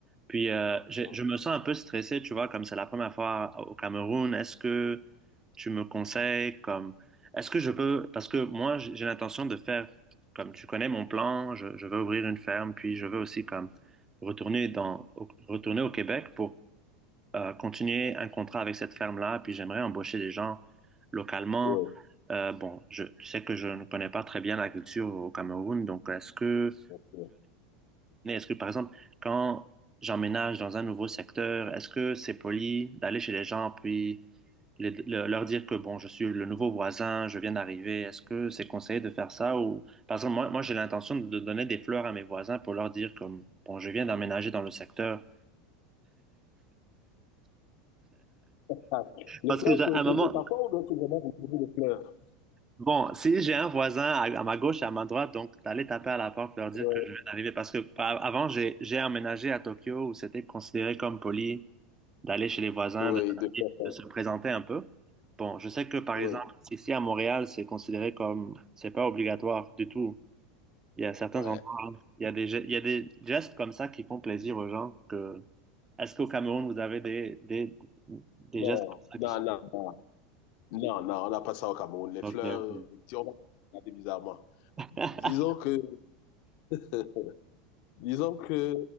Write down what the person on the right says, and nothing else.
puis euh, je,
je me sens un peu stressé, tu vois, comme c'est la première fois au Cameroun. Est-ce que tu me conseilles comme, est-ce que je peux, parce que moi j'ai j'ai l'intention de faire, comme tu connais mon plan, je, je veux ouvrir une ferme, puis je veux aussi comme retourner dans, au- retourner au Québec pour euh, continuer un contrat avec cette ferme-là, puis j'aimerais embaucher des gens localement.
Euh, bon, je tu sais que je ne connais pas très bien la culture au Cameroun, donc est-ce que
mais est-ce que, par exemple, quand j'emménage dans un nouveau secteur, est-ce que c'est poli d'aller chez les gens puis les- le- leur dire que, bon, je suis le nouveau voisin, je viens d'arriver, est-ce que c'est conseillé de faire ça ou, par exemple, moi, moi j'ai l'intention de donner des fleurs à mes voisins pour leur dire comme, bon, je viens d'emménager dans le secteur.
Parce
que j'ai- à
un moment,
Bon, si j'ai un voisin à, à ma gauche et à ma droite, donc d'aller taper à la porte, leur dire
que je viens d'arriver. Parce que pa- avant, j'ai j'ai emménagé à Tokyo où c'était considéré comme poli d'aller chez les voisins,
de, taper,
de se présenter un peu. Bon, je sais que par
exemple, ici à Montréal, c'est considéré comme, c'est pas obligatoire du tout. Il y a certains
endroits, il y a des, ge- il y a des gestes comme ça qui font plaisir aux gens que, est-ce qu'au Cameroun, vous avez des, des, des
gestes comme ça qui
sont,
ok,
ok,
<laughs>